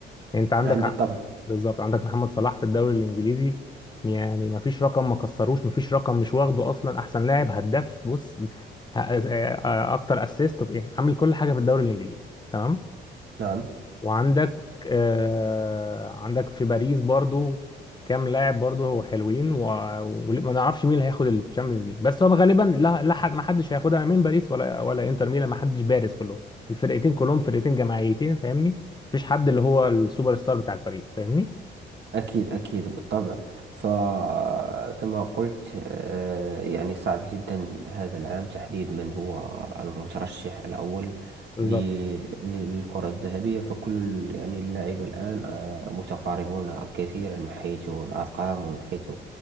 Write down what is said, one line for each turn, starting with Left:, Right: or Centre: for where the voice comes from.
Left: يعني أنت عندك
Right: نعم
Left: نعم.
Right: بالطبع
Left: عم- بالظبط عندك محمد صلاح في الدوري الإنجليزي يعني ما فيش رقم ما كسروش ما فيش رقم مش واخده أصلا أحسن لاعب هداف بص ه- آه، آه، أكتر أسيست عامل كل حاجة في الدوري الإنجليزي تمام
Right: نعم
Left: وعندك آه عندك في باريس برضو كام لاعب برضو هو حلوين و- وما نعرفش مين اللي هياخد الشامبيونز ليج بس هو غالبا لا لا حد ما حدش هياخدها من باريس ولا ولا انتر ميلان ما حدش بارز كلهم الفرقتين كلهم فرقتين جماعيتين فاهمني مفيش حد اللي هو السوبر ستار بتاع الفريق فاهمني
Right: أكيد أكيد بالطبع فكما قلت آه، يعني صعب جدا هذا العام تحديد من هو المترشح الأول
Left: بالظبط
Right: ل- ل- للكرة الذهبية فكل ال- يعني اللاعبة الآن آه، متقاربون كثيرا من حيث الأرقام ومن حيث